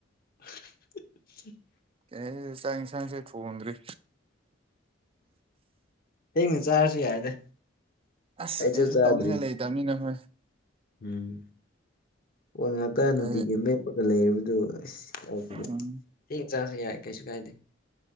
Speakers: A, on the left (about 50°); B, on the right (about 30°).
A: <inaudible>
B: ꯑꯦ ꯆꯥꯛ ꯌꯦꯟꯁꯥꯡꯁꯦ ꯊꯣꯡꯗ꯭ꯔꯤ꯫
A: ꯊꯦꯡꯅ ꯆꯥꯔꯁꯨ ꯌꯥꯏꯗ꯫
B: ꯑꯁ
A: ꯑꯩꯁꯨ
B: ꯀꯩꯁꯨ
A: ꯆꯥꯗ꯭ꯔꯤ
B: ꯇꯧꯅꯤꯡꯉꯥꯏ ꯂꯩꯇꯕꯅꯤꯅ ꯍꯣꯏ꯫
A: ꯎꯝ ꯄꯣꯟ ꯉꯥꯛꯇ ꯅꯨꯡꯇꯤꯒꯤ
B: ꯀꯩ
A: ꯃꯦꯞꯄꯒ ꯂꯩꯨꯗꯨ ꯑꯁ
B: ꯎꯝ
A: ꯊꯦꯡ ꯆꯥꯁꯨ ꯌꯥꯏ ꯀꯩꯁꯨ ꯀꯥꯏꯗꯦ꯫